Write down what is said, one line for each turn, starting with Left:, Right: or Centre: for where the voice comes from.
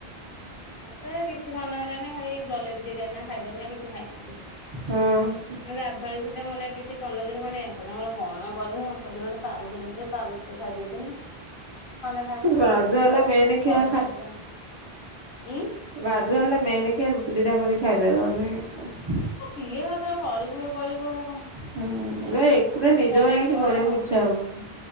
Left: ମତେ କିଛି ମନ ହେଲାନ ଖାଲି ଜଲେବି ଦିଟା ଖାଇଦେଲି କିଛି ଖାଇନି
Right: ହଁ।
Left: ଗାଧୁଆବେଳେ ସୁଧା ମୋ ନାଗି କିଛି କରି ନଥିଲି ମୋ ଲଗି କଣ କରିବି ଆ ପାରୁଟି ଆଣିଥିଲେ ଟିକେ ପାରୁଟି ଖାଇ ଦେଇଥିଲି ଖଣ୍ଡେ ଖାଇଦେନି
Right: ଗାଧୁଆଳ
Left: ଆହୁରି
Right: ବେଳେ
Left: ଥିଲା
Right: ମେନ୍ ଖିଆ
Left: ବଡ ପାରୁଟି ଟେ ଆଣିଥିଲେ ହୁ
Right: ଗାଧୁଆଣିଲା ମେନ କିଆ ରୁଟି ଦିଟା କରି ଖାଇଦେମ <unintelligible>
Left: କିଏ କେତେବେଳେ କରିବୁ କରିବୁ ଏରା କଣ
Right: ହୁଁ ଏ ଏକୁଟିଆ
Left: ଯୋଉ
Right: ନିଜ
Left: ଖରା
Right: ପାଇଁ କିଛି
Left: ଗରମ
Right: କରିବାକୁ ଇଚ୍ଛା ହବନି।